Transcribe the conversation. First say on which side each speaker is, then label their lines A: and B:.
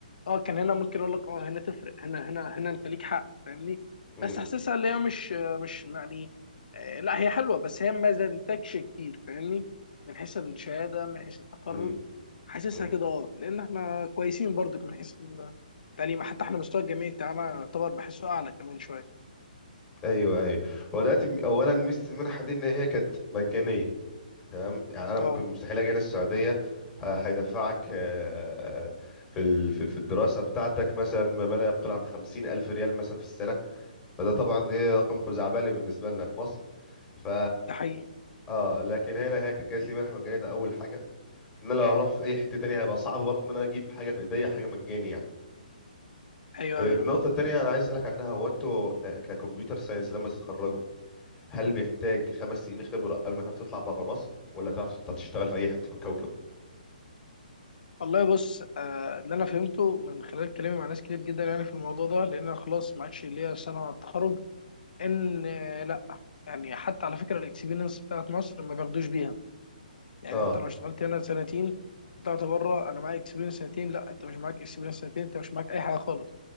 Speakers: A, on the left (about 70°); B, on the left (about 15°).
A: اه كان هنا ممكن اقول لك اه هنا تفرق هنا هنا هنا انت ليك حق فاهمني
B: امم
A: بس حاسسها اللي هي مش مش يعني آه، لا هي حلوه بس هي ما زادتكش كتير فاهمني من حيث الشهاده من حيث التخرج
B: امم
A: حاسسها
B: امم
A: كده اه لان احنا كويسين برضك من حيث التعليم حتى احنا مستوى الجامعي بتاعنا يعتبر بحسه اعلى كمان شويه
B: ايوه ايوه هو دلوقتي اولا ميزه المنحه دي ان هي كانت مجانيه تمام يعني انا ممكن
A: اه
B: مستحيل اجي هنا السعوديه ه- هيدفعك آه، في ال- في في الدراسه بتاعتك مثلا ما ما لا يقل عن خمسين الف ريال مثلا في السنه فده طبعا ايه رقم خزعبلي بالنسبه لنا في مصر ف
A: ده حقيقي
B: اه لكن هنا هي كانت جات لي منحه مجانيه ده اول حاجه ان انا لو هروح في اي حته تانية هيبقى صعب برضه ان انا اجيب حاجه في ايديا حاجه مجاني يعني
A: ايوه
B: آه،
A: ايوه
B: النقطه التانية انا عايز اسالك عنها هو انتوا آه، ككمبيوتر ساينس لما تتخرجوا هل بيحتاج خمس سنين خبره قبل ما تعرف تطلع بره مصر ولا تعرف تشتغل في اي حته في الكوكب
A: والله بص آه اللي انا فهمته من خلال كلامي مع ناس كتير جدا يعني في الموضوع ده لان انا خلاص ما عادش ليا سنه على التخرج ان آه، يعني حتى على فكره الاكسبيرينس بتاعت مصر ما بياخدوش بيها يعني
B: اه
A: انت لو اشتغلت هنا سنتين طلعت بره انا معايا اكسبيرينس سنتين لا انت مش معاك اكسبيرينس سنتين انت مش معاك اي حاجه خالص